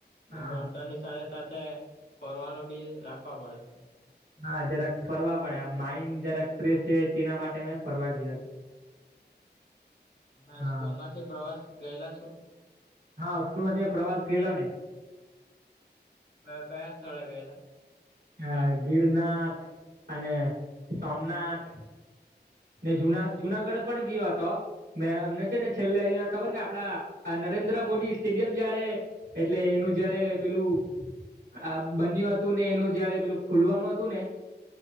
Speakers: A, on the right; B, on the left.
A: હા
B: ભણતરની સાથે સાથે ફરવાનું બી રાખવા પડે છે.
A: હા જરાક ફરવા પડેમ માઈન્ડ જરાક ફ્રેશ થ તેના માટે મેં ફરવા ગયો હતો.
B: અમે
A: હા
B: સ્કૂલ માંથી પ્રવાસ ગયેલા છુ.
A: હા સ્કૂલ માંથી મેં પ્રવાસ ગયેલો ને
B: હ કયા સ્થળે ગયેલા
A: હ
B: આપ
A: ગિરનાથ અને સોમનાથ ને જુના જુનાગઢ પણ ગયો હતો. મે અમને છે ને છેલ્લે અહિયાં ખબર કે આપડા નરેન્દ્ર મોદી સ્ટેડિયમ જયારે એટલે એનું જયારે પેલું આ બન્યુ હતુ, ને એનુ જયારે પેલું ખુલવાનું હતું ને